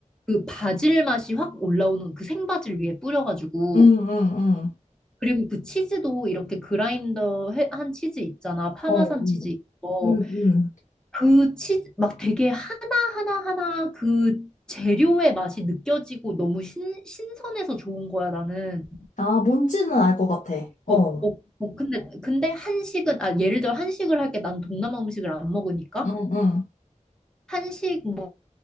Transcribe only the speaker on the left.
음, 음, 음.
어, 음,
음, 음.
아, 뭔지는 알 것 같아. 어,
음, 음.